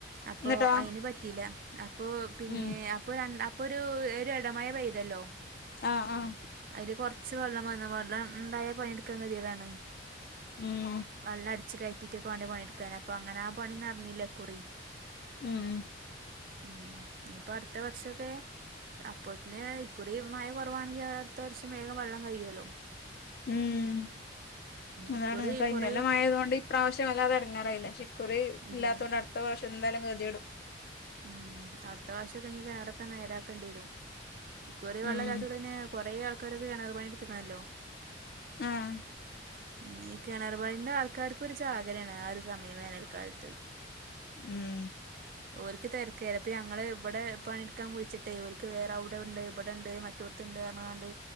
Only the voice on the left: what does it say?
എന്നിട്ടോ
ഉം
ആഹ് അഹ്
ഉം
ഉം
ഉം അതാണ്
കഴിഞ്ഞൊല്ലം
മയ ആയതോണ്ട് ഇപ്രാവശ്യം വല്ലാതെ എടങ്ങാറായില്ലാ ക്ഷെ ഇക്കുറി
ഇല്ലാത്തതോണ്ട് അടുത്ത വർഷം എന്തായാലും ഗതിയെടും
ഉം
ആഹ്
ഉം